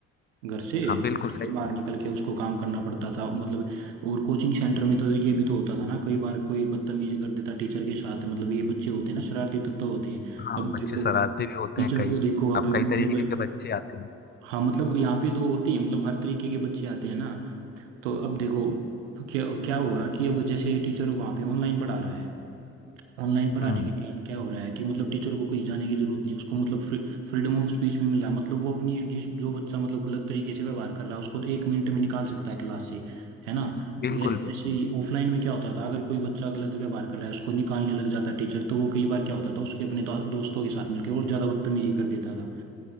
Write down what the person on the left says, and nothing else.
हाँ
बिल्कुल
सही
हाँ
बच्चे
शरारती भी होते
हैं कई
अब
कई तरीके के बच्चे आते हैं
हम्म
बिल्कुल
बिल्कुल